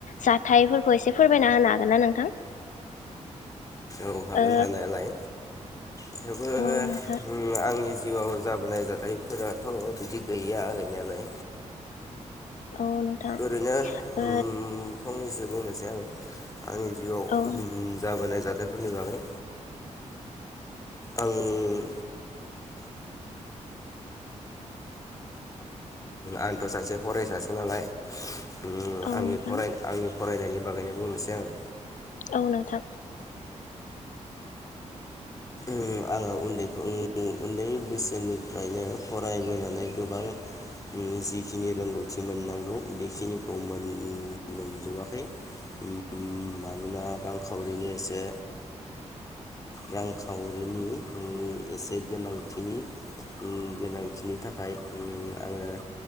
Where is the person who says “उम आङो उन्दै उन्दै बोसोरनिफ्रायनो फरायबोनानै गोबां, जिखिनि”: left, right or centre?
Left